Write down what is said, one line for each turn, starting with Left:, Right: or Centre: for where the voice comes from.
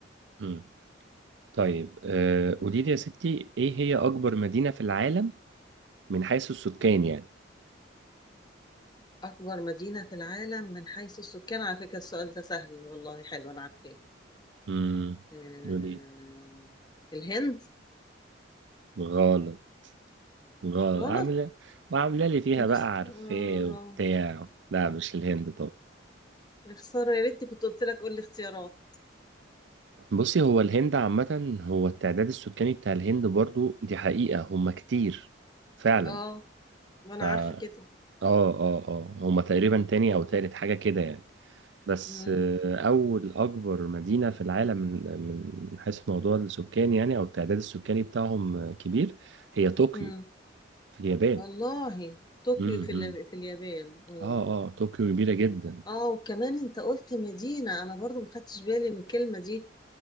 Right: مم. طيب آه، قولي لي يا ستي ايه هي اكبر مدينة في العالم من حيث السكان يعني
Left: أكبر مدينة في العالم من حيث السكان على فكرة السؤال ده سهل والله حلو أنا عارفاه
Right: امم
Left: آه،
Right: قولي
Left: الهند
Right: غلط غلط
Left: غلط
Right: عاملة وعاملة لي فيها
Left: يا خسارة
Right: بقى عارفاه وبتاع لا مش الهند
Left: يا خسارة يا ريتني كنت قلت لك قول لي اختيارات
Right: بصي هو الهند عامة هو التعداد السكاني بتاع الهند برضو دي حقيقة هما كتير فعلا
Left: اه ما
Right: ف
Left: انا
Right: اه
Left: عارفة كده
Right: اه اه هما تقريبا تاني او تالت حاجة كده يعني بس
Left: مم.
Right: آه، أول أكبر مدينة في العالم من من حيث موضوع السكان يعني أو التعداد السكاني بتاعهم آه، كبير هي طوكيو
Left: مم.
Right: في اليابان
Left: والله طوكيو
Right: امم
Left: في ال... في اليابان مم.
Right: اه اه طوكيو كبيرة جدا
Left: اه وكمان انت قلت مدينة انا برضو ما خدتش بالي من الكلمة دي